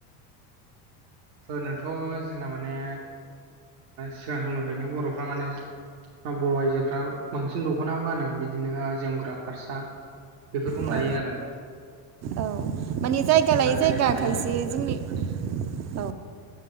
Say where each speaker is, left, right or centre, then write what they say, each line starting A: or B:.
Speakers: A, on the right (about 80°); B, on the right (about 35°).
A: ओरैनोथ' जोंना माने सिगां समनिफ्रायनो बर'फ्रा माने बर' आइजोफ्रा बांसिन दख'नाखौ गानो बिदिनो जोमग्रा फारसा बेफोरखौनो
B: औ
A: लायो आरो
B: औ मानि जायगा लायै
A: नाथाय
B: जायगा
A: माने
B: खायसे जोंनि औ